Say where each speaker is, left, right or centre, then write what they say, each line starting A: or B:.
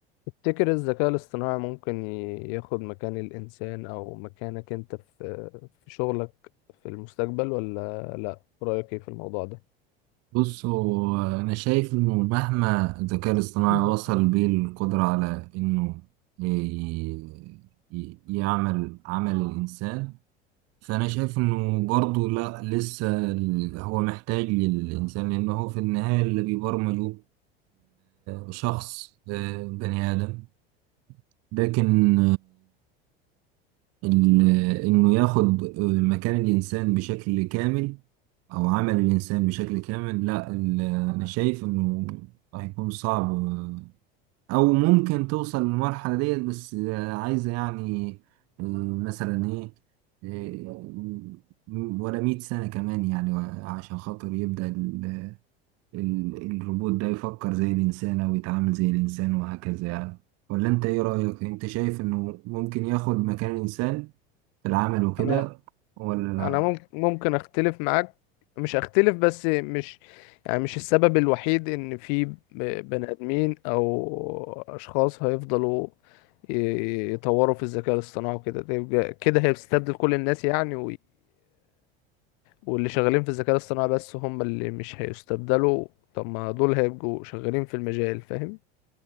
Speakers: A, on the left; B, on the right.
A: تفتكر الذكاء الاصطناعي ممكن ي- ياخد مكان الإنسان أو مكانك أنت في في شغلك في المستقبل ولا لأ؟ رأيك إيه في الموضوع ده؟
B: بص هو أنا شايف إنه مهما الذكاء الاصطناعي
A: <clears throat>
B: وصل بيه القدرة على إنه ي- ي- يعمل عمل الإنسان فأنا شايف إنه برضه لأ لسه ال- هو محتاج للإنسان لأنه هو في النهاية اللي بيبرمجه الشخص بني آدم لكن ال- إنه ياخد آه، مكان الإنسان بشكل كامل أو عمل الإنسان بشكل كامل لا ال- أنا شايف إنه هيكون صعب آه، أو ممكن توصل للمرحلة ديت بس آه، عايزة يعني آه، مثلا إيه آه، ولا مئة سنة كمان يعني عشان خاطر يبدأ ال- ال- الروبوت ده يفكر زي الإنسان أو يتعامل زي الإنسان وهكذا يعني ولا أنت إيه رأيك؟ أنت شايف إنه ممكن ياخد مكان الإنسان؟ في العمل وكده
A: أنا
B: ولا لا
A: أنا مم- ممكن أختلف معاك مش أختلف بس مش يعني مش السبب الوحيد إن في ب- بني آدمين أو أشخاص هيفضلوا ي- يطوروا في الذكاء الاصطناعي وكده ده يبقى- كده هيستبدل كل الناس يعني واللي شغالين في الذكاء الاصطناعي بس هم اللي مش هيستبدلوا طب ما دول هيبقوا شغالين في المجال فاهم